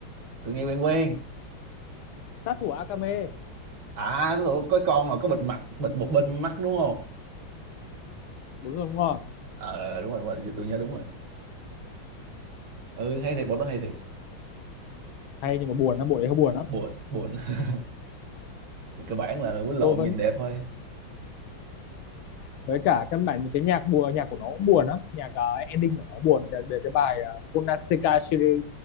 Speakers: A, on the right; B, on the left.
A: tôi nghe quen quen.
B: <laughs> sát thủ Akame
A: À, tôi có con mà có bịt mặt, bịt một bên mắt đúng không?
B: đúng rồi đúng rồi
A: Ờ đúng rồi, đúng rồi, giờ tôi nhớ đúng rồi. Ừ hay thiệt, bộ đó hay thiệt.
B: hay nhưng mà buồn lắm bộ đấy hơi buồn lắm
A: Buồn, buồn. <laughs> Thì Cơ bản là quýnh lộn
B: tôi vẫn
A: nhìn đẹp thôi.
B: với cả căn bản những cái nhạc buồn nhạc của nó cũng buồn lắm nhạc ờ, ending của nó buồn để, để cái bài uh, Konaseka Shiri